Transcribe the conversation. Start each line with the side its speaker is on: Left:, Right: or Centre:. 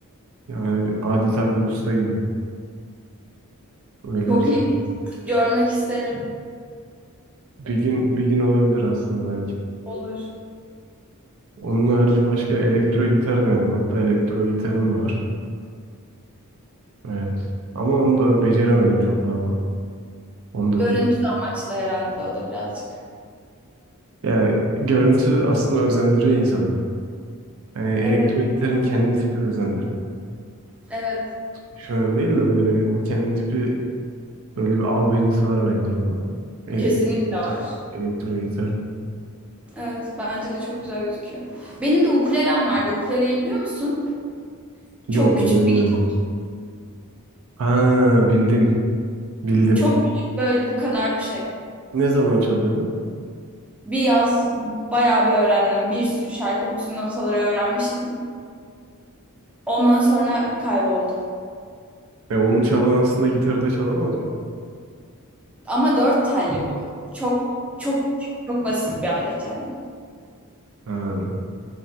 Right: Yani adeta bir usta gibi. Öyle
Centre: Çok
Right: bir şey.
Centre: iyi. Görmek isterim.
Right: Bir gün bir gün olabilir aslında belki.
Centre: Olur.
Right: Onun harici başka elektro gitar denedim. Hatta elektro gitarım da var. Evet. Ama onu da beceremedim çok fazla. Onu da
Centre: Görüntü
Right: bir
Centre: amaçlı herhalde o da birazcık.
Right: yani görüntü aslında özendiriyor insanı. Yani elektro
Centre: Evet.
Right: gitarın kendi tipi özendiriyor.
Centre: Evet.
Right: Şu an değil de böyle o kendi tipi böyle bir albenisi var bence o. E,
Centre: Kesinlikle
Right: elektro,
Centre: var.
Right: elektro gitar.
Centre: Evet, bence de çok güzel gözüküyor. Benim de ukulelem vardı. Ukuleleyi biliyor musun?
Right: Yok
Centre: Çok küçük
Right: onu bilmiyorum.
Centre: bir gitar.
Right: Ha bildim. Bildim.
Centre: Çok küçük böyle bu kadar bir şey.
Right: Ne zaman çalıyordun?
Centre: Bir yaz bayağı bir öğrendim. Bir sürü şarkı, bütün notaları öğrenmiştim. Ondan sonra kayboldu.
Right: E, onu çalan aslında gitarı da çalamaz mı?
Centre: Ama dört telli bu. Çok çok küçük, çok basit bir alet yani.
Right: Ha.